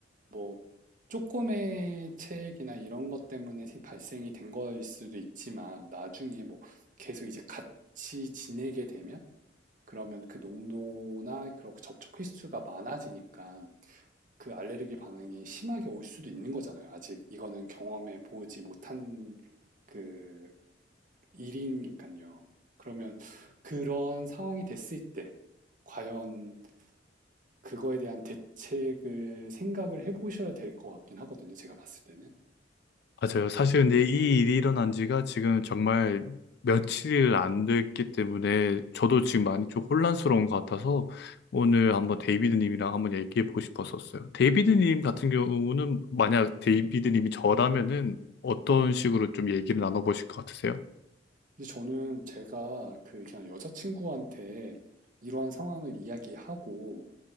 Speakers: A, on the right; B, on the left.
A: 뭐 조금의 체액이나 이런 것 때문에 생- 발생이 된 거일 수도 있지만 나중에 뭐 계속 이제 같이 지내게 되면 그러면 그 농도나 그런 그 접촉 횟수가 많아지니까 그 알레르기 반응이 심하게 올 수도 있는 거잖아요. 아직 이거는 경험해 보지 못한 그 일이니까요. 그러면 그런 상황이 됐을 때 과연 그거에 대한 대책을 생각을 해보셔야 될 것 같긴 하거든요. 제가 봤을 때는.
B: 맞아요. 사실 근데 이 일이 일어난 지가 지금 정말 며칠 안 됐기 때문에 저도
A: 네.
B: 지금 많이 좀 혼란스러운 것 같아서 오늘 한번 데이비드님이랑 한번 얘기해 보고 싶었었어요. 데이비드님 같은 경우는 만약 데이비드님이 저라면은 어떤 식으로 좀 얘기를 나눠보실 것 같으세요?
A: 근데 저는 제가 그 그냥 여자친구한테 이러한 상황을 이야기하고